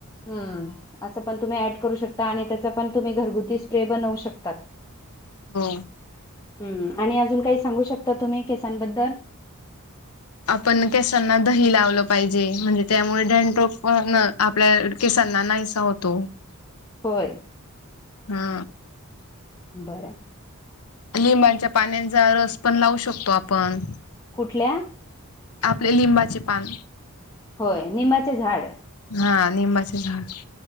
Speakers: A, on the left (about 15°); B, on the left (about 80°).
A: हम्म, असं पण तुम्ही ऍड करू शकता, आणि त्याच पण तुम्ही घरगुती स्प्रे बनवू शकतात.
B: हो.
A: हम्म, आणि अजून काही सांगू शकता तुम्ही केसांबद्दल
B: आपण केसांना दही लावलं पाहिजे, म्हणजे त्यामुळे डेनट्रोफ न आप आपल्या केसांना नाहीसा होतो.
A: होय.
B: हा,
A: बरंय,
B: लिंबांच्या पाण्याचा रस पण लावू शकतो आपण,,
A: कुठल्या?
B: आपले लिंबाचे पान,
A: होय, निंबचे झाड.
B: हा, निंबाचे झाड.